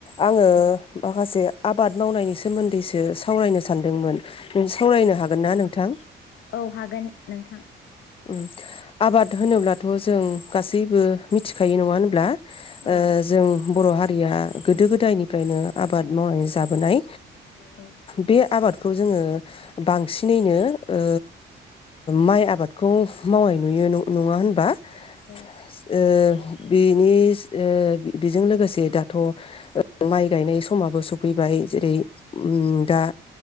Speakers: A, on the left (about 30°); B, on the left (about 70°).
A: आङो
B: औ
A: माखासे आबाद मावनायनि सोमोन्दैसो सावरायनो सानदोंमोन नों सावरायनो हागोनना नोंथां?
B: औ हागोन नोंथां।
A: उम आबाद होनोब्लाथ' जों गासैबो मिथिखायो नङा होनब्ला
B: औ
A: जों बर' हारिया गोदो गोदायनिफ्रायनो आबाद मावनानै जाबोनाय
B: औ
A: बे आबाद खौ जोंङो बांसिनैनो ओ माइ आबाद खौ मावनाय नुयो नंङा होनबा ओ
B: औ
A: बेनि बेजों लोगोसे दाथ माइ गायनाय समाबो सफैबाय जेरै दा